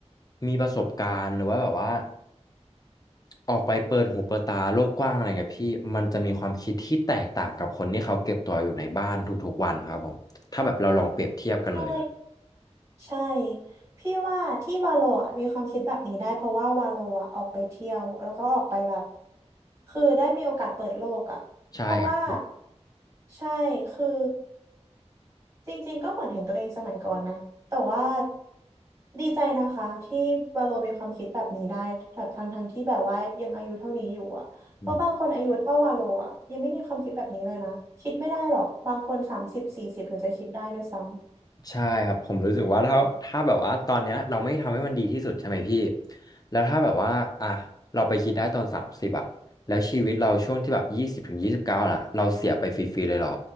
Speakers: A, on the left; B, on the right.
A: มีประสบการณ์หรือว่าแบบว่า ออกไปเปิดหูเปิดตาโลกกว้างอะไรเงี้ยพี่มันจะมีความคิดที่แตกต่างกับคนที่เขาเก็บตัวอยู่ในบ้านทุกๆวันครับผมถ้าแบบเราลองเปรียบเทียบกันเลยอะ
B: ใช่ใช่พี่ว่าที่วาโลอะมีความคิดแบบนี้ได้เพราะว่าวาโลอะออกไปเที่ยวแล้วก็ออกไปแบบคือได้มีโอกาสเปิดโลกอะเพราะว่า
A: ใช่ครับ
B: ใช่คือจริงๆก็เหมือนเห็นตัวเองสมัยก่อนนะแต่ว่าดีใจนะคะที่วาโลมีความคิดแบบนี้ได้แบบทั้งทั้งที่แบบว่ายังอายุเท่านี้อยู่อะเพราะบางคนอายุเท่าวาโลอะยังไม่มีความคิดแบบนี้เลยนะคิดไม่ได้หรอกบางคนสามสิบสี่สิบถึงจะคิดได้ด้วยซ้ำ
A: อืมใช่ครับผมรู้สึกว่าถ้าถ้าแบบว่าตอนเนี้ยเราไม่ทำให้มันดีที่สุดใช่ไหมพี่แล้วถ้าแบบว่าอ่ะเราไปคิดได้ตอนสามสิบอ่ะแล้วชีวิตเราช่วงที่แบบยี่สิบถึงยี่สิบเก้าล่ะเราเสียไปฟรีๆเลยเหรอ